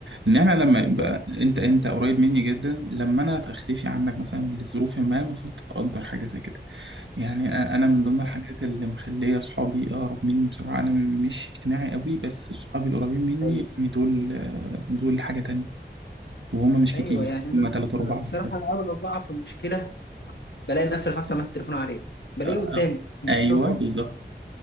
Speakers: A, on the right; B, on the left.
A: ان انا لما
B: بالظبط
A: يبقى انت انت قريب مني جدا لما انا هختفي عنك مثلا لظروف ما المفروض تقدر حاجه زي كده يعني أ- انا من ضمن
B: آه،
A: الحاجات اللي مخليه صحابي اقرب مني بصراحه انا مش اجتماعي قوي بس صحابي القريبين مني
B: أيوه
A: يعني دول آه، دول حاجه تانية وهم مش
B: أيوه
A: كتير
B: يعني أنا
A: هم تلاتة أربعة
B: الصراحة
A: بس
B: أنا أول ما بقع في مشكلة بلاقي نفسي رفعت سماعة التليفون عليه بلاقيه
A: آه،
B: قدامي
A: آه.
B: قدامي
A: أيوه
B: على طول
A: بالظبط